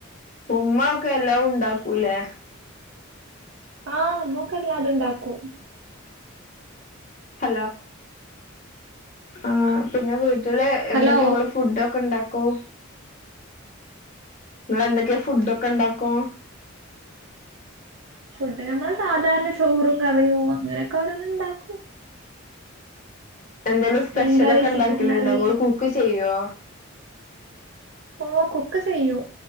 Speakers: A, on the left; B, on the right.
A: ഉമ്മ ഒക്കെ എല്ലാവും ണ്ടാക്കൂലെ
B: ആഹ് ഉമ്മക്കല്ലാതും ണ്ടാക്കും.
A: ഹലോ ആഹ് പിന്നെ വീട്ടില്
B: ഹലോ
A: എന്തൊക്കെങ്ങള് ഫുഡ്ക്കെ ഇണ്ടാക്കും. നിങ്ങെന്തൊക്കെയാ ഫുഡ് ഒക്കെ ഉണ്ടാക്കും?
B: ഫുഡ് നമ്മൾ സാധാരണ ചോറും കറിയും അങ്ങനെയൊക്കെ ഓരോന്നും ണ്ടാവും
A: എന്തേലും സ്പെഷ്യലക്കെ
B: മീൻകറി
A: ഉണ്ടാക്കലണ്ടോ
B: ചിക്കൻ കറി
A: ങ്ങള് കുക്ക് ചെയ്യോ?
B: ഓ കുക്ക് ചെയ്യൂ